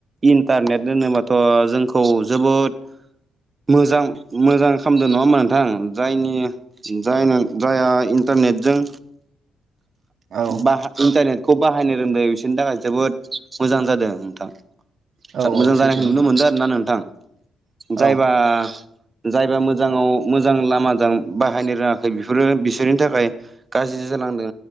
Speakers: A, on the right; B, on the right.
A: इन्टारनेट होनोबाथ' जोंखौ जोबोद मोजां मोजां खालामदों नङा होमबा नोंथां जायनि जाय जायहा इन्टारनेटजों
B: औ
A: बा इन्टारनेटखौ बाहायनो रोंदों बिसोरनि थाखाय जोबोद मोजां जादों नोंथां
B: औ
A: मोजां
B: औ सैथो
A: जानायखौ
B: नोंथां
A: नुनो मोनदों आरो ना नोंथां जायबा
B: औ
A: जायबा मोजाङाव मोजां लामाजों बाहायनो रोङाखै बेफोरो बिसोरनि थाखाय गाज्रि जालांदों